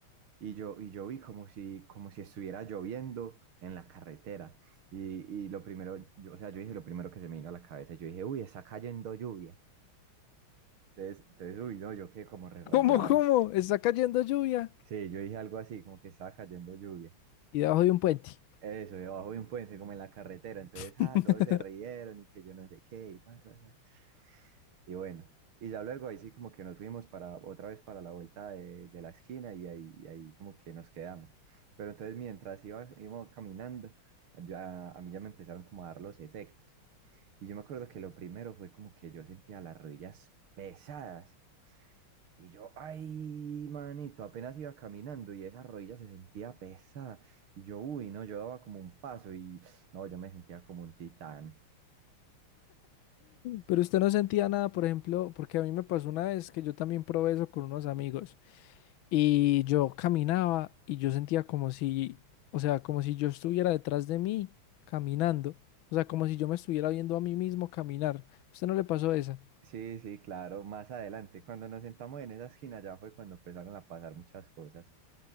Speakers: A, on the right; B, on the left.
A: y yo, y yo vi como si, como si estuviera lloviendo en la carretera. Y, y lo primero, yo, o sea, yo dije lo primero que se me vino a la cabeza, yo dije, uy, está cayendo lluvia. Entonces, entonces, uy, no, yo quedé como re rayado.
B: ¿Cómo, cómo? Está cayendo lluvia
A: Sí, yo dije algo así, como que estaba cayendo lluvia.
B: y debajo de un puente.
A: Eso, debajo de un puente, como en la carretera. Entonces,
B: <laughs>
A: ah, todos se rieron y que yo no sé qué. Y, guas, guas, guas. Y bueno, y ya luego ahí sí como que nos fuimos para otra vez para la vuelta de, de la esquina y ahí, y ahí como que nos quedamos. Pero entonces mientras iba, íbamos caminando, ya, a mí ya me empezaron como a dar los efectos. Y yo me acuerdo que lo primero fue como que yo sentía las rodillas pesadas. Y yo, ay, manito, apenas iba caminando y esa rodilla se sentía pesada. Y yo, uy, no, yo daba como un paso y no, yo me sentía como un titán.
B: Pero usted no sentía nada, por ejemplo, porque a mí me pasó una vez que yo también probé eso con unos amigos y yo caminaba y yo sentía como si, o sea, como si yo estuviera detrás de mí caminando. O sea, como si yo me estuviera viendo a mí mismo caminar. ¿A ¿Usted no le pasó esa?
A: Sí, sí, claro, más adelante, cuando nos sentamos en esa esquina, ya fue cuando empezaron a pasar muchas cosas.